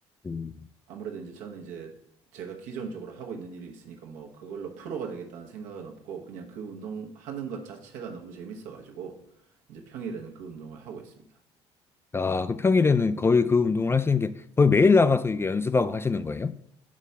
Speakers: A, on the left; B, on the right.
A: 음.
B: 아무래도 이제 저는 이제 제가 기존적으로 하고 있는 일이 있으니까 뭐, 그걸로 프로가 되겠다는 생각은 없고, 그냥 그 운동하는 것 자체가 너무 재밌어가지고, 이제 평일에는 그 운동을 하고 있습니다.
A: 아, 그 평일에는 거의 그 운동을 하시는 게 거의 매일 나가서 이게 연습하고 하시는 거예요?